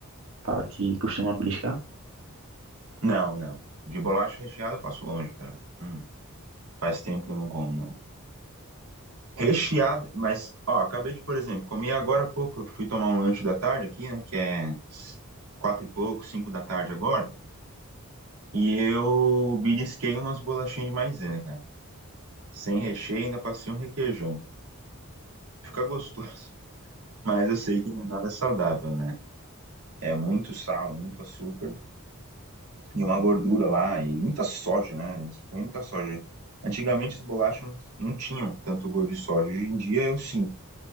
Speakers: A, on the right (about 60°); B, on the right (about 85°).
A: fala que costuma beliscar?
B: Não, não. De bolacha recheada eu passo longe, cara. Hum, faz tempo que eu não como, não. Recheada, mas, ó, acabei de, por exemplo, comer agora há pouco. Eu fui tomar um lanche da tarde aqui, né? Que é quatro e pouco, cinco da tarde agora. E eu belisquei umas bolachinhas de maisena, cara. Sem recheio, ainda passei um requeijão. Fica gostoso. <laughs> Mas eu sei que não é nada saudável, né? É muito sal, muito açúcar. e uma gordura lá, e muita soja, né? Eles põem muita soja. Antigamente as bolachas não tinham tanto gosto de soja. Hoje em dia eu sinto.